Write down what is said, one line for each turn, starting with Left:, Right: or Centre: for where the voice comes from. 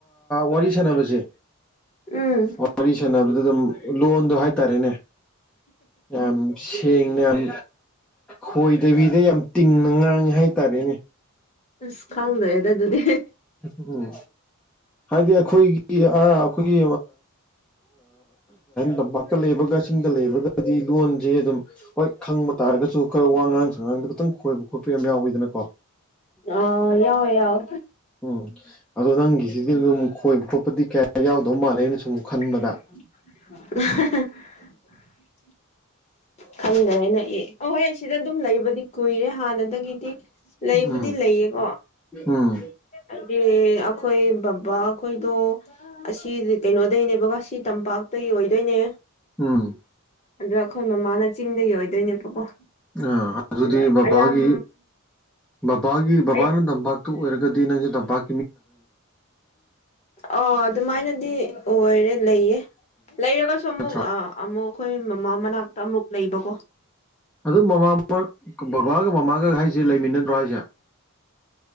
Centre: ꯋꯥꯔꯤ ꯁꯅꯕꯁꯦ
Left: ꯎꯝ
Centre: ꯋꯥꯔꯤ ꯁꯅꯕꯗ ꯑꯗꯨꯝ ꯂꯣꯟꯗꯣ ꯍꯥꯏ ꯇꯥꯔꯦꯅꯦ ꯌꯥꯝ ꯁꯦꯡꯅ ꯌꯥꯝ ꯈꯣꯏꯗꯕꯤꯗ ꯌꯥꯝ ꯇꯤꯡꯅ ꯉꯥꯡꯉꯤ ꯍꯥꯏꯇꯥꯔꯦꯅꯦ
Left: ꯑꯁ ꯈꯪꯗꯔꯦꯗ ꯑꯗꯨꯗꯤ
Centre: ꯎꯝ ꯍꯥꯏꯗꯤ ꯑꯩꯈꯣꯏꯒꯤ ꯑ ꯑꯩꯈꯣꯏꯒꯤ ꯂꯝꯄꯥꯛꯇ ꯂꯩꯕꯒꯁꯤꯡꯗ ꯂꯩꯕꯒꯗꯤ ꯂꯣꯟ ꯁꯦ ꯑꯗꯨꯝ ꯍꯣꯏ ꯈꯪꯕ ꯇꯥꯔꯒꯁꯨ ꯑꯩꯈꯣꯏ ꯋꯥꯉꯥꯡ ꯁꯉꯥꯡꯗ ꯈꯤꯇꯪ ꯈꯣꯏꯕ ꯈꯣꯠꯄ ꯌꯥꯝ ꯌꯥꯎꯋꯤꯗꯅꯀꯣ
Left: ꯑ ꯌꯥꯎ ꯌꯥꯑ
Centre: ꯎꯝ ꯑꯗꯣ ꯅꯪꯒꯤꯁꯤꯗꯤ ꯑꯗꯨꯝ ꯈꯣꯏꯕ ꯈꯣꯠꯄꯗꯤ ꯀꯌꯥ ꯌꯥꯎꯗꯧ ꯃꯥꯜꯂꯦ ꯁꯨꯝ ꯈꯟꯕꯗ
Left: <unintelligible> ꯈꯪꯗꯔꯦꯅꯦ ꯑꯦ ꯑꯩꯍꯣꯏ ꯑꯩ ꯁꯤꯗ ꯑꯗꯨꯝ ꯂꯩꯕꯗꯤ ꯀꯨꯏꯔꯦ ꯍꯥꯟꯅꯗꯒꯤꯗꯤ ꯂꯩꯕꯨꯗꯤ
Centre: ꯎꯝ
Left: ꯂꯩꯌꯦꯀꯣ
Centre: ꯎꯝ
Left: ꯑꯦ ꯑꯩꯈꯣꯏ ꯕꯕꯥ ꯈꯣꯏꯗꯣ ꯑꯁꯤ ꯀꯩꯅꯣꯗꯒꯤꯩꯅꯦꯕꯀ ꯁꯤ ꯇꯝꯄꯥꯛꯇꯒꯤ ꯑꯣꯏꯗꯣꯏꯅꯦ
Centre: ꯎꯝ
Left: ꯑꯗꯣ ꯑꯩꯈꯣꯏ ꯃꯃꯥꯅ ꯆꯤꯡꯗꯒꯤ ꯑꯣꯏꯗꯣꯏꯅꯦꯕꯀꯣ
Centre: ꯑ ꯑꯗꯨꯗꯤ
Left: ꯑꯗ
Centre: ꯕꯕꯥꯒꯤ
Left: ꯑꯌꯥꯝ
Centre: ꯕꯕꯥꯒꯤ ꯕꯕꯥꯅ
Left: ꯑꯩ
Centre: ꯇꯝꯄꯥꯛꯇ ꯑꯣꯏꯔꯒꯗꯤ ꯅꯪꯖꯨ ꯇꯝꯄꯥꯛ
Left: ꯑ ꯑꯗꯨꯃꯥꯏꯅꯗꯤ ꯑꯣꯏꯔꯦ ꯂꯩꯌꯦ ꯂꯩꯔꯒꯁꯨ ꯑꯃꯨꯛ
Centre: ꯅꯠꯇ꯭ꯔꯥ
Left: ꯑꯃꯨꯛ ꯑꯩꯈꯣꯏ ꯃꯃꯥ ꯃꯅꯥꯛꯇ ꯑꯃꯨꯛ ꯂꯩꯕꯀꯣ
Centre: ꯑꯗꯨ ꯃꯃꯥ ꯕꯕꯥꯒ ꯃꯃꯥꯒ ꯍꯥꯏꯁꯦ ꯂꯩꯃꯤꯟꯅꯗ꯭ꯔꯣ ꯍꯥꯏꯁꯦ ꯑ <inaudible>